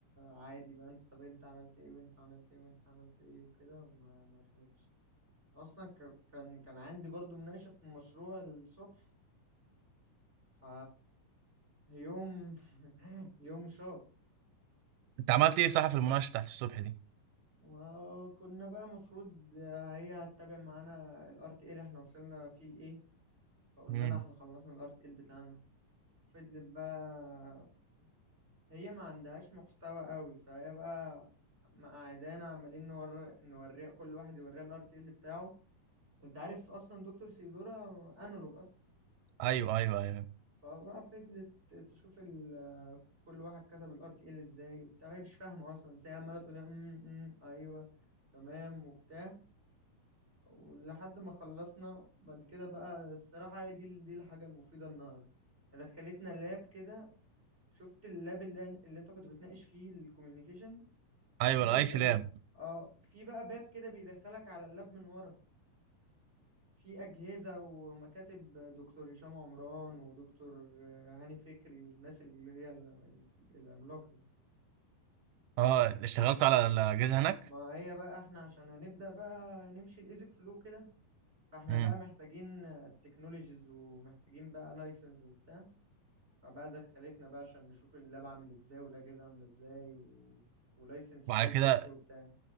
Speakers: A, on the right; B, on the right.
A: عادي بقى انت طب انت عملت ايه وانت عملت ايه وانت عملت ايه وكده وما ما رخمتش اصلا ك- كان كان عندي برضو مناقشة في المشروع الصبح ف يوم <laughs> يوم شاط
B: انت عملت ايه صح في المناقشه بتاعت الصبح دي
A: وكنا بقى مفروض هي هتتابع معانا ال RTA اللي احنا وصلنا فيه لإيه فقلنا
B: مم.
A: لها احنا خلصنا ال RTA بتاعنا فضلت بقى هي ما عندهاش محتوى قوي فهي بقى مقعدانا عمالين نور... نوريها كل واحد يوريها ال RTA بتاعه انت عارف اصلا دكتور سيدورا انالوج اصلا
B: ايوه ايوه ايوه
A: فبقى فضلت تشوف ال... كل واحد كتب ال RTA ازاي وبتاع هي مش فاهمة اصلا بس هي عمالة تقول لنا، "أم، أم، ايوه تمام وبتاع ولحد ما خلصنا بعد كده بقى الصراحة هي دي دي الحاجة المفيدة النهاردة دخلتنا لاب كده شفت اللاب اللي, اللي انت كنت بتناقش فيه الكوميونيكيشن
B: ايوه
A: في حتة
B: الايس
A: كده
B: لاب
A: اه في بقى باب كده بيدخلك على اللاب من ورا في أجهزة ومكاتب دكتور هشام عمران ودكتور آه، هاني فكري والناس اللي هي ال- العملاقة دي
B: اه اشتغلت على الاجهزه هناك
A: ما هي بقى احنا عشان هنبدأ بقى نمشي الإيزك فلو كده فاحنا
B: امم
A: بقى محتاجين تكنولوجيز ومحتاجين بقى لايسنس وبتاع فبقى دخلتنا بقى عشان نشوف اللاب عامل ازاي والاجهزه عامله ازاي و... ولايسنس
B: وعلى
A: كيدنس
B: كده
A: وبتاع